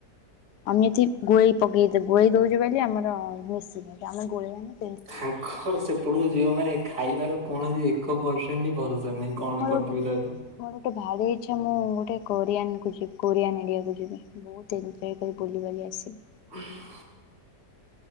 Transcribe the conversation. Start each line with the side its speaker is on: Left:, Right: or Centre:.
Left: ଆମେ ଏଠି ଗୋଳେଇ ପକେଇ ଗୋଳେଇ ଦଉଛୁ ବୋଲି ଆମର ମିଶ ଆମ ଗୋଳେଇ ମାନେ
Right: ତାଙ୍କର ସେପଟକୁ ଯିବ ମାନେ ଖାଇବାର କୌଣସି ଏକ ପରସେଣ୍ଟ ଭରସା ନାହିଁ। କଣ
Left: ମୋର
Right: କରିଥିବେ
Left: ଗୋଟେ
Right: ତା
Left: ମୋର ଗୋଟେ ଭାରି ଇଚଛା ମୁଁ ଗୋଟେ କୋରିଆନ କୁ ଯିବି କୋରିଆନ ଏଡିଆକୁ ଯିବି। ବହୁତ <unintelligible> ବୁଲି ବଲି ଆସବି।
Right: <unintelligible>